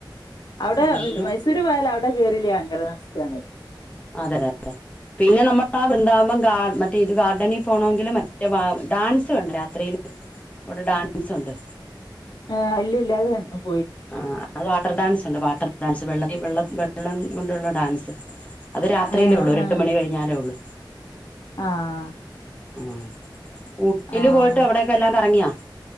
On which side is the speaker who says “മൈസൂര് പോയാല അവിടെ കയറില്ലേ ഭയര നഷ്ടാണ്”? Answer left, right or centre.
Left